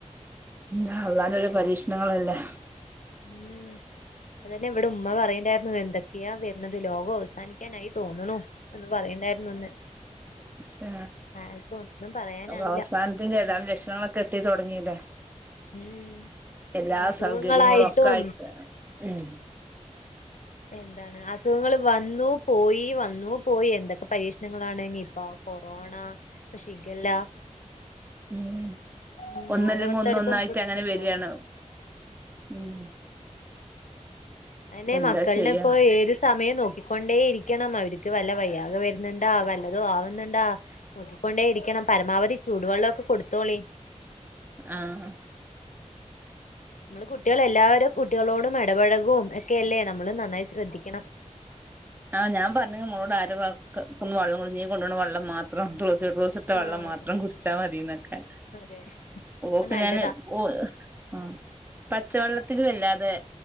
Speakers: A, on the right; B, on the left.
A: ന്താ അള്ളാന്റൊരു
B: അതെ
A: പരീക്ഷ്ണങ്ങളല്ലേ.
B: ഉം അതന്നെ ഇവ്ടെ ഉമ്മ പറയണ്ടെ യ്രുന്നു എന്തൊക്കെയാ വെര്ണത് ലോകം അവസാനിക്കാനായി തോന്ന്ണു എന്ന് പറയണ്ടായിരുന്നു ഇന്ന്.
A: പക്ഷേ
B: ആർക്കും ഒന്നും പറയാനാവില്ല
A: അവസാനത്തേന്റെ എല്ലാ ലക്ഷണങ്ങളൊ ക്കെത്തിത്തൊടങ്ങീല്ലേ
B: ഉം
A: എല്ലാ
B: അസുഖങ്ങളായിട്ടും
A: സൗകര്യങ്ങളും ഒക്കായിട്ട്, ഉം
B: എന്താണ് അസുഖങ്ങള് വന്നു പോയീ വന്നൂ പോയി, എന്തൊക്കെ പരീക്ഷണങ്ങളാണ് നിപ്പ, കൊറോണ ഷിഗല്ല,
A: <inaudible>
B: ഉം
A: ഒന്നല്ലെങ്കി
B: ഓരോരുത്തടത്തും
A: ഒന്ന് ഒന്നായിറ്റങ്ങനെ
B: ഇപ്പണ്ടല്ലോ
A: വെര്യാണ് ഉം.
B: അയെന്നെ
A: എന്താ
B: മക്കൾനെ
A: ചെയ്യാ
B: ഇപ്പോ ഏത് സമയം നോക്കിക്കൊണ്ടേ ഇരിക്കണം. അവര്ക്ക് വല്ല വയ്യായ്ക വെര്ണ് ണ്ടാ വല്ലതും ആവുന്ന്ണ്ടാ, നോക്കിക്കൊണ്ടേ ഇരിക്കണം. പരമാവധി ചൂടുവെള്ളൊക്കെ കൊടുത്തോളി.
A: ആഹ്
B: ഇങ്ങൾ കുട്ട്യാൾ എല്ലാവരെ കുട്ട്യാളോടും എടപഴകും -ക്കെല്ലേ നമ്മള് നന്നായി ശ്രദ്ധിക്കണം
A: ആഹ് ഞാൻ പറഞ്ഞ്ണ് മോളോട് ആരെ വാക്കത്തുന്നും വള്ളം നീ കൊണ്ടര്ണെ വള്ളം മാത്രം ക്ലാ <unintelligible> ക്കോസ്ട്ടെ വള്ളം
B: ആഹ്
A: മാത്രം കുടിച്ചാ മതിന്നൊക്കെ
B: അതെ
A: ഓക്ക്
B: നല്ലതാ
A: ഞാൻ ഓൽ ആഹ് പച്ചവെള്ളത്തിലല്ലാതെ